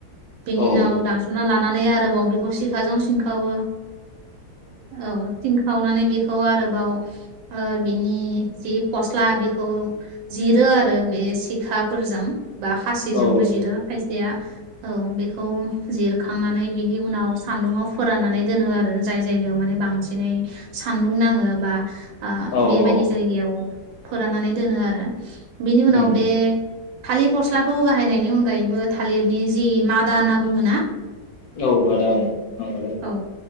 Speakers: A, on the right; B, on the left.
A: बेनि
B: औ
A: उनाव दानस'ना ला नानै आरोबाव बेखौ सिखाजों सिंखावो औ थिं सावनानै बे बेखौ आरोबाव ओ बिनि जि फस्ला बेखौ जिरो आरो बे सिखाफोरजों बा खाासिजोंबो
B: औ
A: जिरो खायसे बेया औ बेखौ जिरखांनानै बेनि उनाव सान्दुङाव फोराननानै दोनो आरो जाय जायगायाव माने बांसिनै सा सानदुं नाङो बा आ
B: औ
A: बेबायदि
B: औ
A: जायगायाव फोरानानै दोनो आरो बिनि उनाव
B: उम
A: बे थालिर फस्लाखौ बाहायनायनि अनगायैबो थालिरनि जि मादा होनना बुङो ना
B: औ मादाव <unintelligible>
A: औ